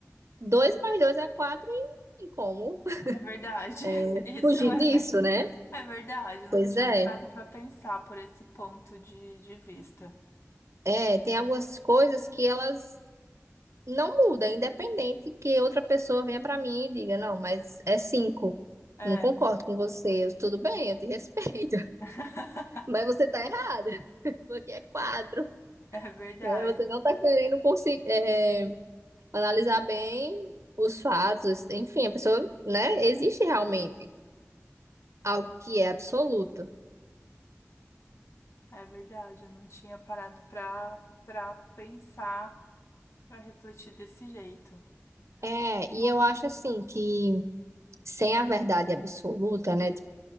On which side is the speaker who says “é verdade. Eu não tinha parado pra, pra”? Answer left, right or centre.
Left